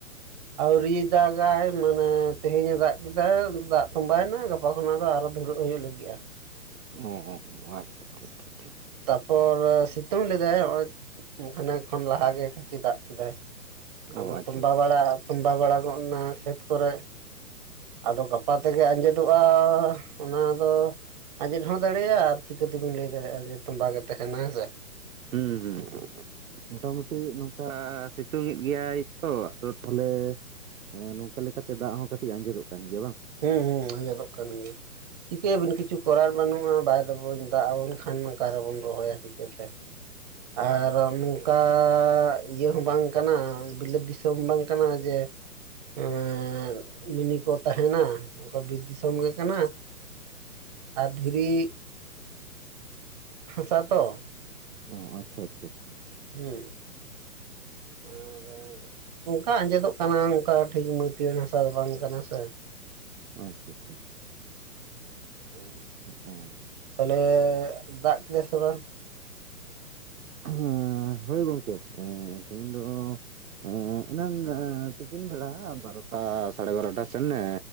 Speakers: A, on the right (about 25°); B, on the right (about 60°).
A: ᱟᱣᱨᱤᱭ ᱫᱟᱜᱟᱭ ᱢᱟᱱᱮ ᱛᱮᱦᱮᱧ ᱮ ᱫᱟᱜ ᱠᱮᱫᱟ ᱫᱟᱜ ᱛᱚᱸᱵᱟᱭᱮᱱᱟ ᱜᱟᱯ ᱟ ᱠᱷᱚᱱᱟᱜ ᱫᱚ ᱟᱨᱚ ᱫᱷᱩᱨᱟᱹᱜ ᱦᱩᱭᱩᱜ ᱞᱟᱹᱜᱤᱫ-ᱟ ᱾
B: ᱦᱚ ᱦᱚ ᱚ ᱟᱪᱪᱷᱟ-ᱟᱪᱪᱷᱟ-ᱟᱪᱪᱷᱟ ᱾
A: ᱛᱟᱯᱚᱨ ᱥᱤᱛᱩᱝ ᱞᱮᱫᱟᱭ ᱱᱚᱜ-ᱚᱭ ᱠᱷᱟᱱᱮ ᱠᱷᱚᱱ ᱞᱟᱦᱟ ᱜᱮ ᱠᱷᱟᱹᱪᱤ ᱫᱟᱜ ᱠᱮᱫᱟᱭ ᱾ ᱟᱫᱚ
B: ᱚ ᱟᱪᱪᱷᱟ
A: ᱛᱚᱸᱵᱟ ᱵᱟᱲᱟ ᱛᱚᱸᱵᱟ ᱵᱟᱲᱟ ᱜᱚᱫ ᱮᱱᱟ ᱠᱷᱮᱛ ᱠᱚᱨᱮᱫ ᱾ ᱟᱫᱚ ᱜᱟᱯᱟ ᱛᱮᱜᱮ ᱟᱸᱡᱮᱫᱚᱜ-ᱟ ᱚᱱᱟ ᱫᱚ ᱾ ᱟᱸᱡᱮᱫ ᱦᱚᱸ ᱫᱟᱲᱮᱭᱟᱜ-ᱟ ᱟᱨ ᱪᱤᱠᱟᱹ ᱛᱮᱵᱤᱱ ᱞᱟᱹᱭ ᱫᱟᱲᱮᱭᱟᱜ-ᱟ ᱡᱮ ᱛᱚᱸᱵᱟ ᱜᱮ ᱛᱟᱦᱮᱱᱟ ᱦᱮᱸ ᱥᱮ ᱾
B: ᱦᱩᱸ ᱦᱩᱸ ᱾ ᱢᱚᱴᱟᱢᱩᱴᱤ ᱱᱚᱝᱠᱟ ᱥᱤᱛᱩᱝ ᱮᱫ ᱜᱮᱭᱟᱭ ᱛᱚ ᱟᱫᱚ ᱛᱟᱦᱚᱞᱮ ᱦᱮᱸ ᱱᱚᱝᱠᱟ ᱞᱮᱠᱟᱛᱮ ᱫᱟᱜ ᱦᱚᱸ ᱠᱟᱹᱴᱤᱡ ᱟᱸᱡᱮᱫᱚᱜ ᱠᱟᱱ ᱜᱮᱭᱟ ᱵᱟᱝ?
A: ᱦᱩᱸ ᱦᱩᱸ ᱟᱸᱡᱮᱫᱚᱜ ᱠᱟᱱ ᱜᱮᱭᱟ ᱾ <inaudible> ᱪᱤᱠᱟᱹᱭᱟᱵᱤᱱ ᱠᱤᱪᱷᱩ ᱠᱚᱨᱟᱨ ᱵᱟᱹᱱᱩᱜ-ᱟ ᱵᱟᱭ ᱫᱚᱵᱚᱱ ᱫᱟᱜ ᱟᱵᱚᱱ ᱠᱷᱟᱱ ᱚᱠᱟ ᱨᱮᱵᱚᱱ ᱨᱚᱦᱚᱭᱟ ᱪᱤᱠᱟᱹᱛᱮ ᱾
B: ᱚ
A: ᱟᱨ ᱱᱚᱝᱠᱟ ᱤᱭᱟᱹ ᱦᱚᱸ ᱵᱟᱝ ᱠᱟᱱᱟ ᱵᱤᱞᱟᱹᱛ ᱫᱤᱥᱚᱢ ᱵᱟᱝ ᱠᱟᱱᱟ ᱡᱮ <inaudible> ᱮ ᱢᱤᱱᱤ ᱠᱚ ᱛᱟᱦᱮᱸ ᱱᱟ ᱚᱱᱠᱟ ᱵᱤᱨ ᱫᱤᱥᱚᱢ ᱜᱮ ᱠᱟᱱᱟ <inaudible> ᱟᱨ ᱫᱷᱤᱨᱤ ᱦᱟᱥᱟ ᱛᱚ
B: ᱚ ᱟᱪᱪᱷᱟ ᱟᱪᱪᱷᱟ ᱟᱪᱪᱷᱟ ᱾
A: ᱦᱩᱸ ᱟᱨ ᱚᱱᱠᱟ ᱟᱸᱡᱮᱫᱚᱜ ᱠᱟᱱᱟ ᱚᱱᱠᱟ ᱴᱷᱤᱠ ᱢᱟᱹᱴᱭᱟᱹᱲ ᱦᱟᱥᱟ ᱫᱚ ᱵᱟᱝ ᱠᱟᱱᱟ ᱥᱮ ᱾
B: ᱚ ᱟᱪᱪᱷᱟ ᱟᱪᱪᱷᱟ ᱟᱪᱪᱷᱟ ᱾
A: <unintelligible>
B: <unintelligible>
A: ᱛᱟᱦᱚᱞᱮ ᱫᱟᱜ ᱠᱮᱫᱟᱭ ᱥᱮ ᱵᱟᱝ?
B: ᱦᱮᱸ ᱦᱳᱭ ᱜᱚᱢᱠᱮ ᱛᱮᱦᱮᱧ ᱫᱚ ᱮᱜ ᱮᱱᱟᱱ ᱛᱤᱠᱤᱱ ᱵᱮᱲᱟ ᱵᱟᱨᱚᱴᱟ ᱥᱟᱲᱮ ᱵᱟᱨᱚᱴᱟ ᱥᱮᱱ ᱮ